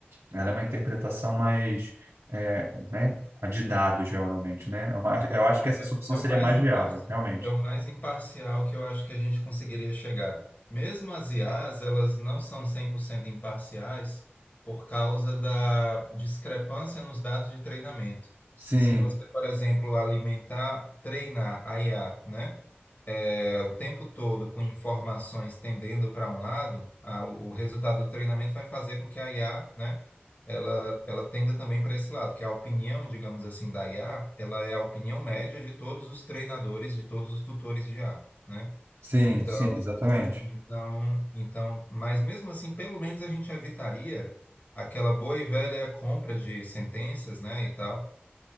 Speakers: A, on the right (about 80°); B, on the left (about 45°).
A: ela é uma interpretação mais, eh, né? A de dados, geralmente, né? É uma- Eu acho
B: É,
A: que essa solução
B: é, é o
A: seria
B: mais
A: mais
B: imparci...
A: viável, realmente.
B: é o mais imparcial que eu acho que a gente conseguiria chegar. Mesmo as IAs, elas não são 100% imparciais por causa da discrepância nos dados de treinamento.
A: Sim,
B: Se você, por exemplo, alimentar, treinar a IA, né? é, o tempo todo com informações tendendo para um lado, a- o o resultado do treinamento vai fazer com que a IA, né, ela, ela tenda também para esse lado, que a opinião, digamos assim, da IA, ela é a opinião média de todos os treinadores, de todos os tutores de IA, né?
A: sim,
B: Então,
A: sim, exatamente.
B: então, então, mas mesmo assim, pelo menos a gente evitaria aquela boa e velha compra de sentenças, né, e tal.